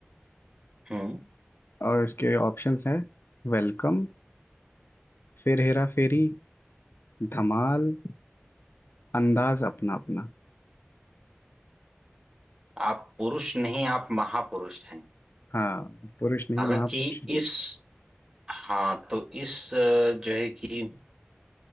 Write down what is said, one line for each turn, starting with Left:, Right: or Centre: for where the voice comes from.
Right: हम्म
Left: और इसके ऑप्शंस हैं वेलकम फिर हेरा फेरी धमाल अंदाज अपना अपना
Right: आप पुरुष नहीं आप महापुरुष हैं
Left: हाँ पुरुष नहीं
Right: हालांकि
Left: महापुरुष हैं।
Right: इस हाँ तो इस अ, जो है कि